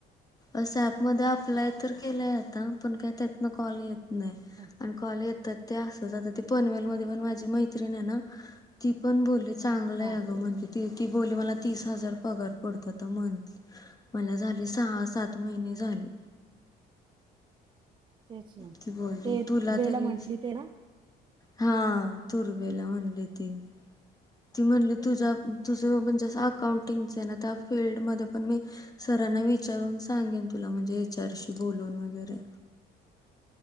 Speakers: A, on the left (about 20°); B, on the right (about 30°).
A: अस ॲपमधे अप्लाय तर केलंय आता पण काय त्यातन कॉल येत नाही
B: हा
A: आणि कॉले येतात ते अस आता ती पनवेल मध्ये पण माझी मैत्रिण ना, ती पण बोलली चांगलं
B: हा,
A: आहे अ गं म्हण ती बोली मला तीस हजार पगार पडतो मंथली मला झाली सहा सात महिने झाली.
B: तेच ना.
A: ती बोलली
B: ते
A: तुला
B: तुर्बेला
A: तरिस,
B: म्हंटली ते ना
A: हा तुर्वेला म्हणली ती ती म्हणली तुझा तुझं म्हणजे जस अकाउंटिंगच आहे ना त्या फीलल्डमधे पण मी सरांना विचारून सांगेन तुला म्हणजे त्यांच्या येच. आर. शी बोलून वगैरे.